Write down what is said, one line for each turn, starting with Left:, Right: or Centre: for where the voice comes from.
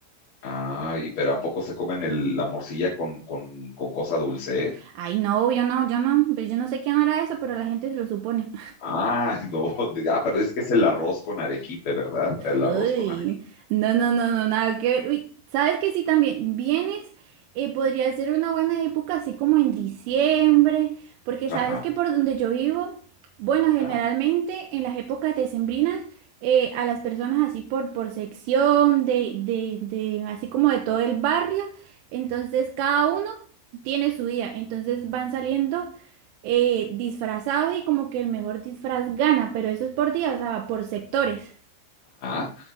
Left: Ah, y pero ¿a poco se comen el- la morcilla con, con, con cosa dulce? eh?
Right: Ay, no, yo no, yo no, pues yo no sé quién hará eso, pero la gente lo supone.
Left: Ah, <laughs> no, de- ah, pero es que es el arroz con arequipe, ¿verdad? El
Right: Uy,
Left: arroz con arequipe.
Right: no, no, no, no, nada que ver. Uy, ¿sabes que sí también? Vienes, eh, podría ser una buena época, así como en diciembre, porque sabes
Left: Ajá,
Right: que por donde yo vivo, bueno, generalmente
Left: ajá,
Right: en las épocas decembrinas, eh, a las personas así por, por sección, de, de, de, así como de todo el barrio, entonces cada uno tiene su día, entonces van saliendo eh, disfrazados y como que el mejor disfraz gana, pero eso es por día, o sea, por sectores.
Left: ajá.